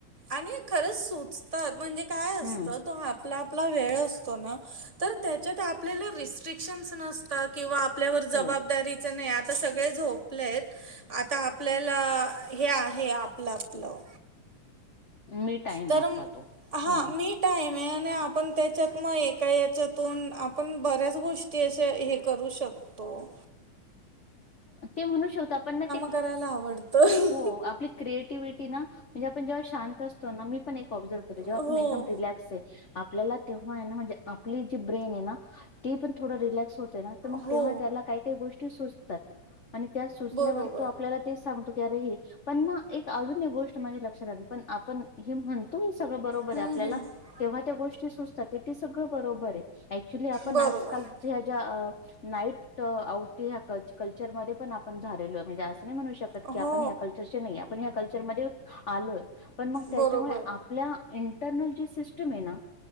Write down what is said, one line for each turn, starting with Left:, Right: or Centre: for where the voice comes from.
Right: आणि खरंच सुचतात म्हणजे काय असतं
Left: हम्म
Right: तो आपला आपला वेळ असतो. ना तर त्याच्यात आपल्याला रिस्ट्रीकशनस नसतात किंवा आपल्यावर जबाबदारीच
Left: हो
Right: नाही आ आता सगळे झोपलेत आता आपल्याला हे आहे आपलं आपलं
Left: मी टाइम
Right: तर
Left: आहे आपला तो
Right: हा
Left: हम्म
Right: मी टा आहेम आपण त्याच्यात मग एका याच्यातून आपण बऱ्याच गोष्टी अशे हे करू शकतो. तो
Left: ते म्हणू शकतो आपण ना ते
Right: करायला आवडतं
Left: हो आपली क्रिएटिव्हटी ना म्हणजे आपण जेव्हा शांत असतो ना मी पण एक ऑब्जर्व केलंय जेव्हा
Right: हो
Left: आपण एकदम रिलॅक्स ये आपल्याला तेव्हा हाय ना म्हणजे आपली जी ब्रेन ये ना ती पण थोड रिलॅक्स होत ते ना त मग
Right: हो
Left: तेव्हा त्याला काय काय गोष्टी सुचतात. आणि त्या सुचल्यावर
Right: बरोबर
Left: तो आपल्याला तेचं सांगतो की अरे हे पण ना एक अजून एक गोष्ट माझ्या लक्षात आली पण आपण हे म्हणतो मी सगळं बरोबर
Right: हं,
Left: आहे आपल्याला
Right: हं.
Left: तेव्हा त्या गोष्टी सुचतात ते ते सगळं बरोबर ये. एकच्युली आपण
Right: बरोबर
Left: आजकालच्या ह्या ज्या नाईट आऊट हया कल कल्चरमध्ये पण आपण झालेलो म्हणजे असं नाही म्हणू शकत
Right: हो
Left: की आपण हया कल्चरचे नाहीये आपण हया कल चर मध्ये आलोय पण मग त्याच्यामुळे
Right: बरोबर
Left: आपल्या इंटरनल जी सिस्टम ये ना